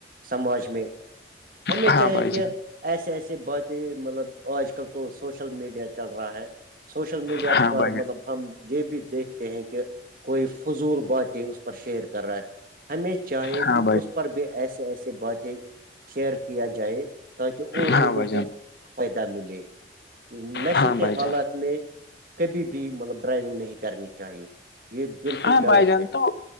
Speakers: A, on the right; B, on the left.
A: سماج میں ہمیں
B: ہاں
A: چاہیے
B: بھائی
A: کہ
B: جان،
A: ایسے ایسے باتیں مطلب آج کل تو سوشل میڈیا چل رہا ہے سوشل میڈیا
B: ہاں
A: پر
B: بھائی
A: مطلب
B: جان
A: ہم یہ بھی دیکھتے ہیں کہ کوئی فضول باتیں اس پر شیئر کر رہا ہے ہمیں چاہے
B: ہاں
A: کہ
B: بھائی جان ہاں بھائی
A: اس پر بھی ایسے ایسیے باتیں شیئر کیا جائے تاکہ اور
B: ہاں
A: لوگوں
B: بھائی جان
A: کو فائدہ ملے نشے
B: ہاں
A: کے
B: بھائی
A: حالات
B: جان
A: میں کبھی بھی مطلب ڈرائیونگ نہیں کرنی چاہیے یہ بالکل
B: ہاں
A: غلط
B: بھائی جان
A: ہے
B: تو